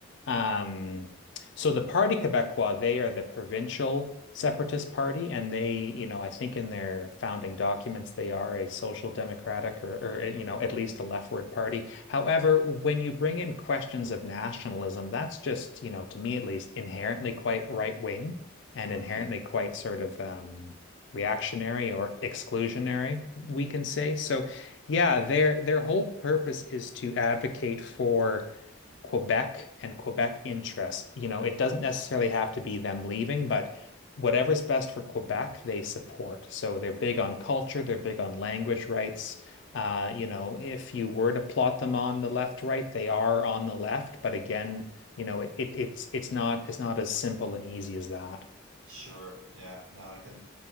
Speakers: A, on the left; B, on the right.
A: um so the Parti Québécois, they are the provincial separatist party and they, you know, I think in their founding documents they are a social democratic or or you know, at least a leftward party. However, when you bring in questions of nationalism, that's just, you know, to me at least inherently quite right wing and
B: hmm
A: inherently quite sort of um reactionary or exclusionary, we can say. So, yeah, their their whole purpose is to advocate for Quebec and Quebec interests. You know, it doesn't necessarily have to be them leaving, but whatever's best for Quebec, they support. So they're big on culture, they're big on language rights. Uh, you know, if you were to plot them on the left, right, they are on the left, but again, you know, it, it it's it's not it's not as simple and easy as that. <laughs>
B: Sure. Yeah. No, I can.